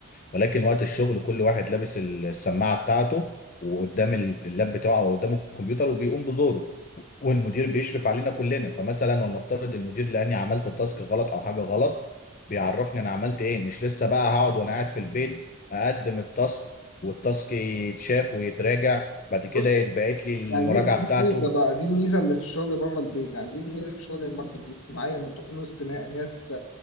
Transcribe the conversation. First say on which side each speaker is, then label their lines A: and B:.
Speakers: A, on the left; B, on the left.
A: ولكن وقت الشغل كل واحد لابس السماعه بتاعته وقدام ال- اللاب بتاعه او قدام الكمبيوتر وبيقوم بدوره والمدير بيشرف علينا كلنا فمثلا ولنفترض المدير لاني عملت تاسك غلط او حاجه غلط بيعرفني انا عملت ايه مش لسه بقى هقعد وانا قاعد في البيت اقدم التاسك والتاسك يتشاف ويتراجع بعد
B: بص
A: كده يتبعت لي المراجعه
B: يعني دي دي
A: بتاعته
B: الميزه بقى دي الميزه اللي في الشغل بره البيت يعني دي الميزه في شغل المكتب الاجتماعيه انك تكون وسط نا- ناس